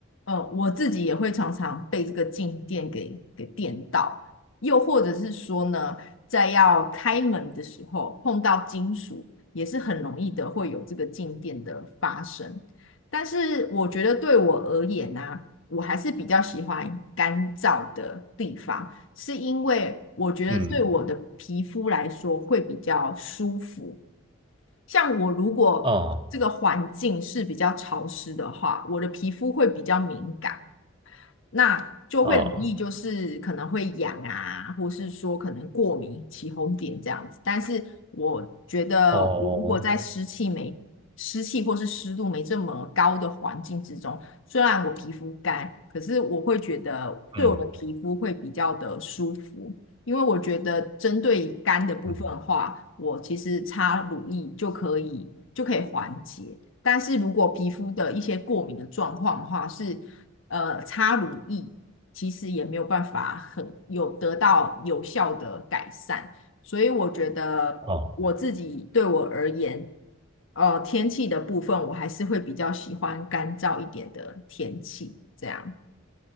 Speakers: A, on the left; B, on the right.
A: 呃，我自己也会常常被这个静电给给电到，又或者是说呢，在要开门的时候碰到金属，也是很容易的会有这个静电的发生。但是我觉得对我而言呢、啊我还是比较喜欢干燥的地方，是因为我觉得对我的皮肤来说会比较舒服。
B: 嗯，
A: 像我如果这个环境是比较潮湿的话，
B: 哦，
A: 我的皮肤会比较敏感。那就会容易就是可能会痒啊，
B: 哦，
A: 或是说可能过敏、起红点这样子。但是我觉得，
B: 哦，
A: 如果在湿气没湿气或是湿度没这么高的环境之中，虽然我皮肤干，可是我会觉得对我的皮肤会比较的舒服。
B: 嗯，
A: 因为我觉得针对于肝的部分的话，
B: 嗯，
A: 我其实擦乳液就可以就可以缓解。但是如果皮肤的一些过敏的状况的话，是呃擦乳液其实也没有办法很有得到有效的改善，所以我觉得我自己对我而言，
B: 哦，
A: 呃天气的部分我还是会比较喜欢干燥一点的天气，这样。